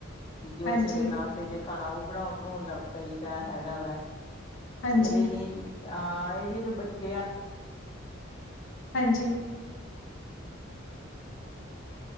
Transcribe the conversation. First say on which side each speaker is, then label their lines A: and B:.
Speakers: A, on the left; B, on the left.
A: ਵੀ ਜੋ
B: ਹਾਂਜੀ,
A: ਸਵੇਰੇ ਨਾਸ਼ਤੇ ਜੇ ਖਾਣਾ ਓ ਬਣਾਣ-ਬਣਉਣ ਲੱਗ ਪਈ ਦਾ ਹੈਗਾ ਵਾ।
B: ਹਾਂਜੀ,
A: ਫੇਰ ਏਨੀ ਆਹ ਏਦੀ ਦੋ ਬੱਚੇ ਆ
B: ਹਾਂਜੀ